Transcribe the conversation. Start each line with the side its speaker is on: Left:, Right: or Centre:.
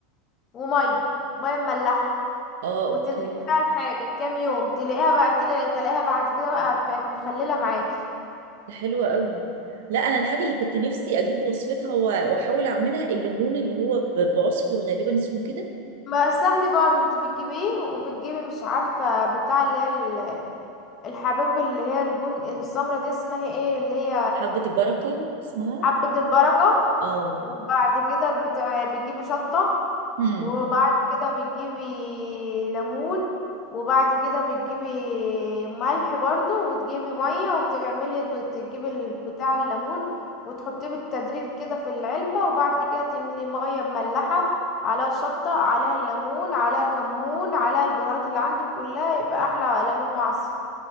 Left: وميه ميه مملحه
Right: اه
Left: وتنقع
Right: اوكي
Left: بقى الحاجه كام يوم تلاقيها بقى تل- تلاقيها بعد كده بقى بقت مخلله معاكي
Right: ده حلو قوي لا انا الحاجه اللي كنت نفسي اجيب وصفتها و- واحاول اعملها الليمون اللي هو ب- بعصفر غالبا اسمه كده
Left: ما سهل برضه انت بتجيبيه وبتجيبي مش عارفة بتاع اللي هي ال- الحبوب اللي هي البن السمرة دي اسمها ايه اللي هي
Right: حبه البركه اسمها
Left: حبة البركة
Right: اه
Left: وبعد كده بت... بتجيبي شطة
Right: هم
Left: وبعد كده بتجيبي ليمون وبعد كده بتجيبي ملح برضو وتجيبي مية وتعملي وتجيبي ال- بتاع الليمون وتحطيه بالتدريج كده في العلبة وبعد كده تملي مية مملحة عليها شطة عليها الليمون عليها كمون عليها البهارات اللي عندك كلها يبقى أحلى ليمون معصفر